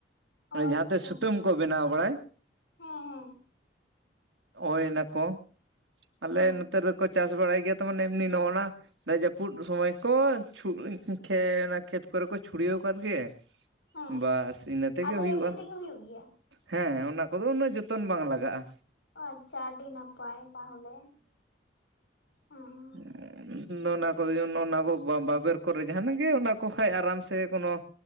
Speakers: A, on the right; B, on the left.
A: ᱚᱱᱮ ᱡᱟᱦᱟᱸᱛᱮ
B: ᱟᱪᱪᱷᱟ
A: ᱥᱩᱛᱟᱹᱢ ᱠᱚ ᱵᱮᱱᱟᱣ ᱵᱟᱲᱟᱭ
B: ᱦᱮᱸ ᱦᱮᱸ
A: ᱦᱩᱭ ᱮᱱᱟᱠᱚ ᱟᱞᱮ
B: ᱟᱪᱪᱷᱟ
A: ᱱᱚᱛᱮ ᱫᱚᱠᱚ ᱪᱟᱥ ᱵᱟᱲᱟᱭ ᱜᱮᱭᱟ ᱛᱟᱨ ᱢᱟᱱᱮ ᱮᱢᱱᱤ ᱱᱚᱜᱼ ᱱᱟ ᱫᱟᱜ ᱡᱟᱹᱯᱩᱫ ᱥᱚᱢᱚᱭ ᱠᱚ ᱪᱷᱩ ᱠᱷᱮ ᱚᱱᱟ ᱠᱷᱮᱛ ᱠᱚᱨᱮ ᱠᱚ ᱪᱷᱩᱲᱭᱟᱹᱣ ᱟᱠᱟᱫ ᱜᱮ
B: ᱦᱮᱸ
A: ᱵᱟᱥ ᱤᱱᱟᱹ ᱛᱮᱜᱮ
B: ᱟᱫᱚ
A: ᱦᱩᱭᱩᱜᱼᱟ᱾
B: ᱮᱢᱱᱤ ᱛᱮᱜᱮ ᱦᱩᱭᱩᱜ ᱜᱮᱭᱟ
A: ᱦᱮᱸ ᱚᱱᱟ ᱠᱚᱫᱚ ᱩᱱᱟᱹᱜ ᱡᱚᱛᱚᱱ ᱵᱟᱝ ᱞᱟᱜᱟᱜᱼᱟ᱾
B: ᱟᱪᱷᱟ ᱟᱹᱰᱤ ᱱᱟᱯᱟᱭ ᱛᱟᱦᱚᱞᱮ᱾ ᱦᱮᱸ
A: ᱟᱨ <unintelligible> ᱚᱱᱟ ᱠᱚᱜᱮ ᱚᱱᱟ ᱠᱚ ᱵᱟᱵᱮᱨ ᱠᱚᱨᱮ ᱡᱟᱦᱟᱱᱟᱜ ᱜᱮ ᱚᱱᱟ ᱠᱚ ᱠᱷᱟᱱ ᱟᱨᱟᱢ ᱥᱮ ᱠᱳᱱᱳ